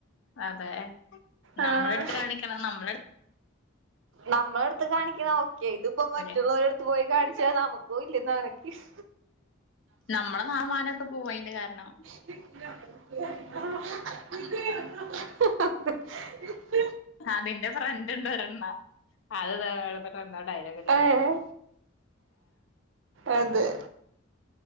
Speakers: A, on the left (about 65°); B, on the right (about 65°).
A: അതെ
B: ആഹ്
A: നമ്മളെടുത്ത് കാണിക്കണം നമ്മളെടു
B: നമ്മളെടുത്ത് കാണിക്കണ ഓക്കെ ഇതിപ്പോ മറ്റുള്ളവരടുത്ത്
A: ല്ലേ
B: പോയി കാണിച്ചാ നമുക്കും ഇല്ലെ നാണക്കേട്
A: ഞമ്മടെ നാണോം മാനോം ഒക്കെ പോയി ഇത് കാരണം
B: അതെ
A: അതിന്റെ ഫ്രണ്ട് ഉണ്ട് ഒരെണ്ണം അത് ദേ അവിടെ നിന്നിട്ടെന്തോ ഡയലോഗ് അടിക്കുന്ന്
B: ഏഹ് അതെ